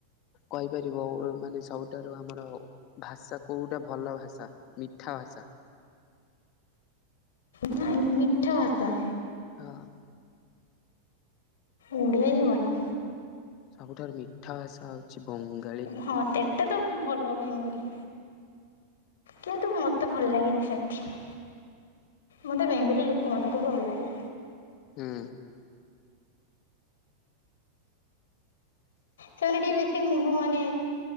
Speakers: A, on the left (about 40°); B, on the left (about 60°).
A: କହିପାରିବ ଓ ମାନେ ସବୁଠାରୁ ଆମର ଭାଷା କେଉଟା ଭଲ ଭାଷା ମିଠା ଭାଷା।
B: ନାଇଁ ମିଠା ଭାଷା?
A: ହଁ ଅଁ।
B: ଓଡିଆ ହିଁ ଭଲ।
A: ସବୁଠାରୁ ମିଠା ଭାଷା ହ ଉଚି ବଙ୍ଗା
B: ହଁ ସେଟା ତ ଭଲ ବେଙ୍ଗଲୀ। କିନ୍ତୁ ମତେ ଭଲ ଲାଗେନି ସେମତି। ମତେ ବେଙ୍ଗୋଲୀ ଲୋକ ମାନଙ୍କୁ ଭଲ ଲାଗେ।
A: ହୁଁ।
B: ସେମାନେ ଟିକେ ବେଶୀ ମୁହଁ ମାନେ